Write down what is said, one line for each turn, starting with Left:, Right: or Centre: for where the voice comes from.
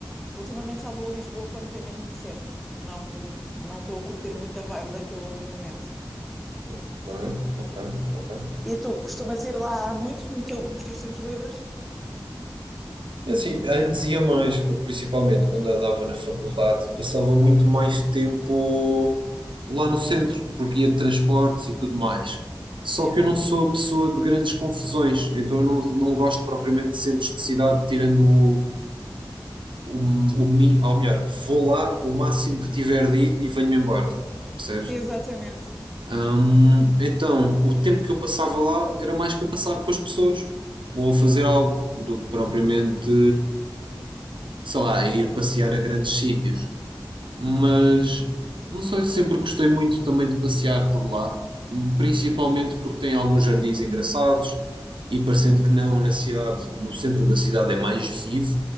Centre: Ultimamente só vou a Lisboa quando tem mesmo que ser. Não, não estou a curtir muito a vibe daquilo ultimamente.
Right: Ok, ok, ok.
Centre: E tu costumas ir lá há muito no teu- nos teus tempos livres?
Right: Assim, antes ia mais, porque principalmente quando andava na faculdade, passava muito mais tempo lá no centro, porque ia de transportes e tudo mais. Só
Centre: É,
Right: que eu não sou a pessoa de grandes confusões, então eu não, não gosto propriamente de centros de cidade, tirando o, o, o, mi- ou melhor, vou lá o máximo que tiver de ir e venho-me embora, percebes?
Centre: Exatamente,
Right: Hum, então, o tempo que eu passava lá era mais para passar com as pessoas, ou a fazer algo, do que propriamente sei lá, ir passear a grandes sítios. Mas não sei, sempre gostei muito também de passear por lá, principalmente porque tem alguns jardins engraçados e parecendo que não, na cidade, no centro da cidade é mais vivo,